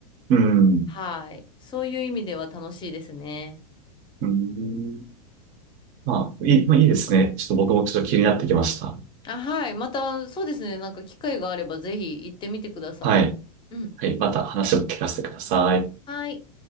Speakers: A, on the right; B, on the left.
A: うん。
B: はい。そういう意味では楽しいですね。
A: うん。まあ、いい、まあいいですね。ちょっと僕もちょっと気になってきました。
B: あ、はい。また、そうですね。なんか機会があればぜひ行ってみてください。
A: はい。
B: うん。
A: はい。また話を聞かせてください。
B: はい。